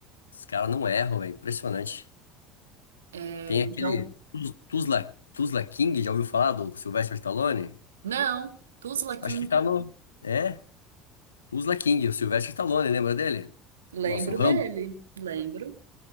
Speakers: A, on the left; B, on the right.
A: Os caras não erram, velho. Impressionante.
B: É,
A: Tem
B: então,
A: aquele Tuz- Tuzla, Tuzla King, já ouviu falar do Sylvester Stallone?
B: não, Tuzla King.
A: Acho que tá no. É, Tuzla King, o Sylvester Stallone, lembra dele?
B: Lembro
A: Nosso Rambo.
B: dele, lembro.